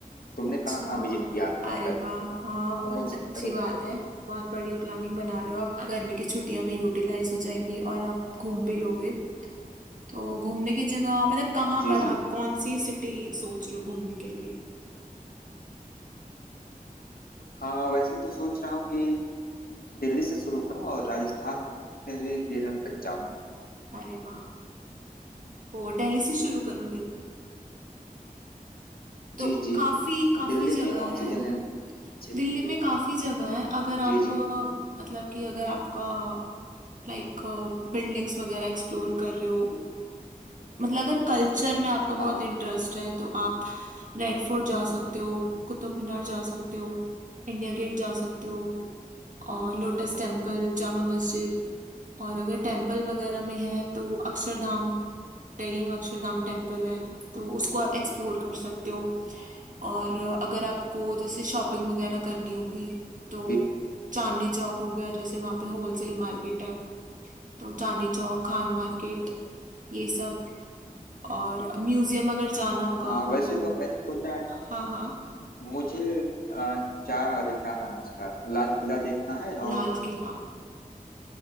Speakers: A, on the left; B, on the right.
A: तुमने
B: अच्छा
A: कहाँ कहाँ विजिट किया
B: अरे
A: अब तक
B: वाह हाँ
A: कौन
B: बहुत
A: कौन से
B: अच्छी
A: शहरों
B: बात
A: पे गई
B: है बहुत बढ़िया प्लानिंग बना रहे हो आप गर्मी की छुट्टियां भी यूटिलाइज हो जाएंगी और आप घूम भी लोगे तो घूमने की जगह मतलब कहाँ
A: हो? जी
B: पर
A: जी
B: आप कौन सी सिटी सोच रहे हो घूमने के लिए
A: हाँ वैसे तो सोच रहा हूँ कि दिल्ली से शुरू करूँ और राजस्थान होते हुए केरल तक जाऊँ
B: अरे वाह वो दिल्ली से शुरू करोगे अब तो
A: जी जी
B: काफी काफी
A: दिल्ली
B: जगह
A: में कौन
B: है
A: सी जगह अच्छी होगी
B: दिल्ली में काफी जगह है अगर आप
A: जी जी
B: अ, मतलब कि अगर आपका लाइक बिल्डिंग्स वगैरह एक्सप्लोर कर रहे हो मतलब अगर कल्चर में आपका बहुत
A: हाँ
B: इंटरेस्ट है तो आप रेड फोर्ट जा सकते हो कुतुब मीनार जा सकते हो इंडिया गेट जा सकते हो और लोटस टेम्पल जामा मस्जिद और अगर टेम्पल वगैरह में है तो अक्षरधाम दिल्ली में अक्षरधाम टेम्पल है तो उसको आप एक्सप्लोर कर सकते हो और अ, अगर आपको जैसे शॉपिंग वगैरह करनी होगी तो
A: जी
B: चांदनी चौक हो गया जैसे वहाँ पे होलसेल मार्केट है तो चांदनी चौक खान मार्केट ये सब हम्म और म्यूजियम अगर जाना होगा
A: हाँ वैसे
B: तो
A: तो मैंने सोचा है
B: हाँ हाँ
A: मुझे अ, चार अरे क्या नाम है उसका लाल किला देखना है और
B: लाल किला